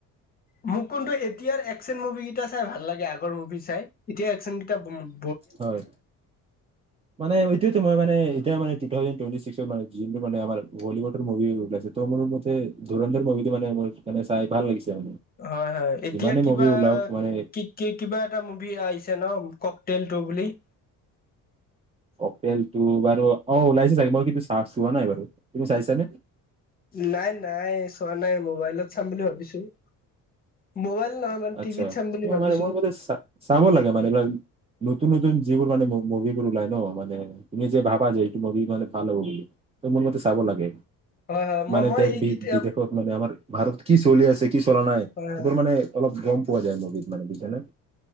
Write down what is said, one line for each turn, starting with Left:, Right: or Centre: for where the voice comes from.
Left: মোক কিন্তু এতিয়াৰ একচেন মুভি কেইটা চাই ভাল লাগে আগৰ মুভি চাই এতিয়া একচেন কেইটা ।
Right: হয় মানে এইটোয়তো মই মানে এতিয়া মানে তু থাউজেণ্ড টুৱেন্টি চিক্স মানে যোনতো আমাৰ বলিউদৰ মভিটো ওলাইছে মোৰ মতে ধুৰন্ধৰ মভি মানে মুভি মানে চাই ভাল লাগিছে। মানে
Left: হয় হয় এতিয়া
Right: যিমানে
Left: কিবা
Right: মুভি ওলাওক মানে
Left: কি কি কিবা এটা মুভি আহিছে ন ক টেল তু বুলি ।
Right: ক টেল তু বাৰু অ ওলাইছে চাগে মই কিন্তু চাহ চোৱা নাই বাৰু তুমি চাইছানে?
Left: নাই নাই চোৱা নাই মোবাইলত চাম বুলি ভাবিছো । মোবাইল নহয় মানে
Right: আচ্ছা
Left: টিভিত চাম বুলি ভাবিছো
Right: মানে মোৰ মতে চা চাব লাগে মানে এইবিলাক নতুন নতুন যিবোৰ মানে মুভিবোৰ ওলাই ন মানে তুমি যে ভাবা যে এইটো মুভি মানে ভাল হ'ব বুলি ত মোৰ মতে চাব লাগে
Left: হয় হয় মই
Right: মানে
Left: মই
Right: দেশ
Left: এইকেইটা
Right: বি বিদেশত মানে আমাৰ । ভাৰতত কি চলি আছে কি চলা নাই
Left: হয়
Right: সেইবোৰ মানে অলপ গম পোৱা যায় ।মুভিত মানে বুইছা নে?